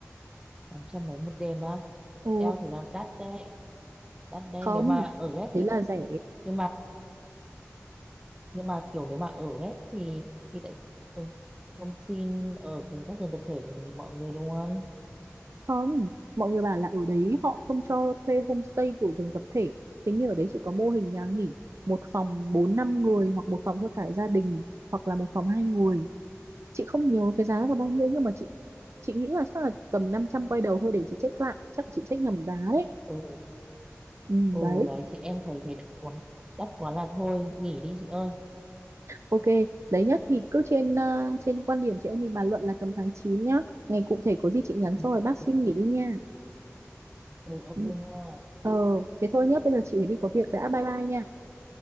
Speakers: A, on the right (about 15°); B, on the right (about 65°).
A: 800 mấy một đêm á
B: Ừ,
A: eo thì là đắt đấy đắt đấy
B: không,
A: nếu mà ở ghép
B: thế
A: thì
B: là
A: thôi
B: rẻ.
A: nhưng mà nhưng mà kiểu nếu mà ở ghép thì thì tại sao mình không xin ở cùng các giường tập thể cùng mọi người luôn
B: Không, mọi người bảo là ở đấy họ không cho thuê homestay kiểu giường tập thể. Thế nhưng ở đấy chỉ có mô hình nhà nghỉ, một phòng bốn năm người hoặc một phòng cho cả gia đình hoặc là một phòng hai người. Chị không nhớ cái giá là bao nhiêu nhưng mà chị chị nghĩ là chắc là tầm 500 quay đầu thôi để chị check lại. Chắc chị check nhầm giá đấy.
A: ừ
B: Ừ,
A: ừ
B: đấy,
A: đấy chị em thấy thấy đắt quá đắt quá là thôi nghỉ đi chị ơi
B: ok. Đấy nhất thì cứ trên ờ, trên quan điểm chị em mình bàn luận là tầm tháng 9 nhá. Ngày cụ thể có gì chị nhắn
A: ừ,
B: sau rồi bác
A: ok
B: xin nghỉ đi nha.
A: ừ ok
B: Ừ.
A: nha
B: Ờ, thế thôi nhé, bây giờ chị phải đi có việc đã, bye bye nha.